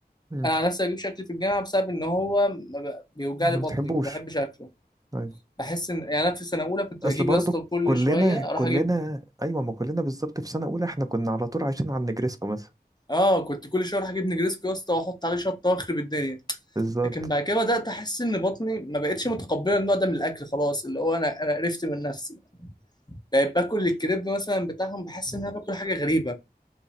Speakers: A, on the right; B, on the left.
A: مم.
B: انا على نفسي بجيب شكل في الجامعه بسبب ان هو ما ب- بيوجع
A: ما
B: لي بطني
A: بتحبوش
B: ما بحبش اكله
A: طيب
B: بحس ان يعني انا في سنه اولى كنت
A: اصل
B: بجيب
A: برضو
B: يا اسطى كل
A: كلنا
B: شويه اروح
A: كلنا
B: اجيب
A: ايوه ما كلنا بالظبط في سنه اولى احنا كنا على طول عايشين على النجريسكو مثلا
B: اه كنت كل شويه اروح اجيب نجريسكو يا اسطى واحط عليه شطه واخرب الدنيا
A: بالظبط
B: لكن بعد كده بدات احس ان بطني ما بقتش متقبله النوع ده من الاكل خلاص اللي هو انا انا قرفت من نفسي بقيت باكل الكريب مثلا بتاعهم بحس ان انا باكل حاجه غريبه